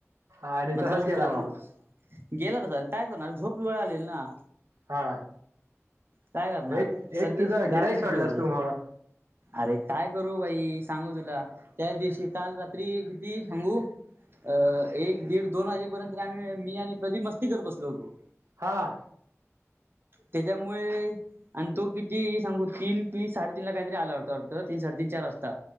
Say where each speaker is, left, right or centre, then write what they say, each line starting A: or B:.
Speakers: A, on the right; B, on the right.
A: आणि
B: म्हटलं
A: तसाच
B: उठणार
A: गेला मग
B: गेला त काय करणार झोप जवळ आलेली ना
A: हा
B: काय करणार
A: एक,
B: सगळी
A: एक तुझा
B: गाढ
A: गिराक
B: झोपली
A: सोडलास
B: होती.
A: तू मग
B: अरे काय करू भाई सांगू तुला त्याच दिवशी काल रात्री किती सांगू अ एक दीड दोन वाजेपर्यंत आम्ही, मी आणि प्रदीप मस्ती कर बसलो होतो.
A: हां
B: त्याच्यामुळे, आणि तो किती सांगू तीन तीन, साडे तीन ला काहीतरी आला होता वाटतं तीन, साडेतीन, चार वाजता